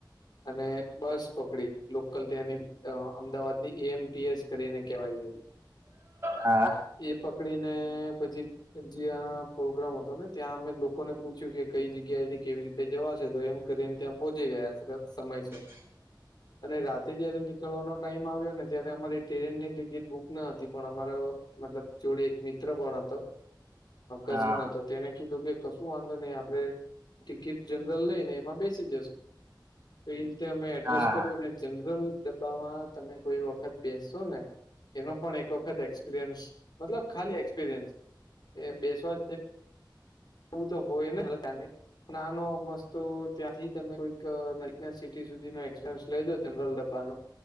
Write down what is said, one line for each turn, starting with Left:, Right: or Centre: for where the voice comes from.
Left: અને બસ પકડી લોકલ ત્યાંની અમદાવાદની એમ, ટી, એસ. કરીને કેવાય છે,
Right: હા
Left: એ પકડીને પછી, જ્યાં પ્રોગ્રામ હતો ને ત્યાં અમે લોકોને પૂછ્યું કે કઈ જગ્યાએથી કેવી રીતે, તે જવાશે તો એમ કરીને ત્યાં પહોંચી ગયા સમયસર,
Right: હ <unintelligible>
Left: અને રાતે જયારે નીકળવાનો, ટાઈમ આવ્યોને ત્યારે અમારી ટ્રેનની ટિકિટ બુક ન હતી, પણ અમારો મતલબ જોડે એકમની. મિત્ર પણ હતો
Right: હા
Left: કઝિન હતો, તેને કીધું કે કશું વાંધો નહી આપણે ટિકિટ જનરલ લઈ ને એમાં બેસી જશું. તો રીતે એકજસ્ટ
Right: હા
Left: કર્યું અને જનરલ, ડબ્બામાં તમે કોઈ વખત બેસશોને, એનો પણ એક વખત એક્સપિરિયન્સ મતલબ ખાલી એક્સપિરિયન્સ એ બેસવા, એવું તો હોય નેહ તને, નાનો મસ્તો ત્યાંથી તમે કોઈક સિટી સુધી ન એક્સચેન્જ, લેજો જનરલ ડબ્બાનો‌.